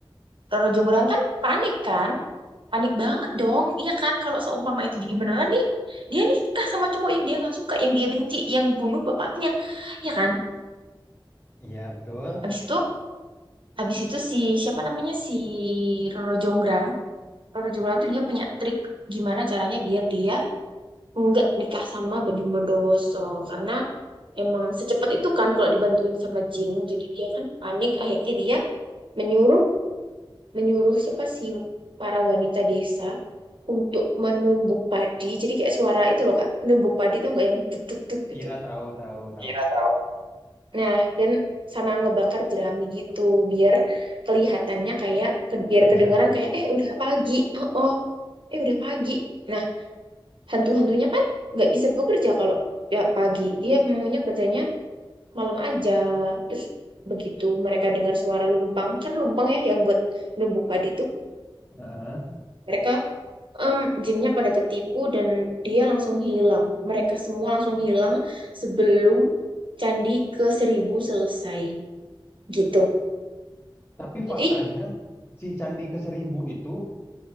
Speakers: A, on the right; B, on the left.
A: Roro Jonggrang kan panik kan? Panik banget dong. Iya kan kalau seumpama itu jadi beneran nih, dia nikah sama cowok yang dia nggak suka, yang dia benci, yang bunuh bapaknya. ya kan?
B: Iya betul,
A: Habis itu habis itu si siapa namanya si Roro Jonggrang. Roro Jonggrang tuh dia punya trik gimana caranya biar dia nggak nikah sama Bandung Bondowoso karena emang secepat itu kan kalau dibantuin sama jin. Jadi dia kan panik akhirnya dia menyuruh menyuruh siapa sih para wanita desa untuk menumbuk padi. Jadi kayak suara itu loh Kak, menumbuk padi tau nggak yang duk duk duk gitu.
B: iya tahu tahu tahu
A: Iya tahu. Nah, dan sama ngebakar jerami gitu biar kelihatannya kayak ke- biar
B: kerja.
A: kedengaran kayak eh udah pagi. Oh, oh, eh udah pagi. Nah, hantu-hantunya kan nggak bisa bekerja kalau ya pagi. Dia maunya kerjanya malam aja. Terus begitu mereka dengar suara lumpang, kan lumpang ya yang buat numbuk padi itu,
B: Heeh.
A: mereka em, jinnya pada ketipu dan dia langsung hilang. Mereka semua langsung hilang sebelum candi ke seribu selesai gitu.
B: Tapi
A: Jadi
B: faktanya si Candi Keseribu itu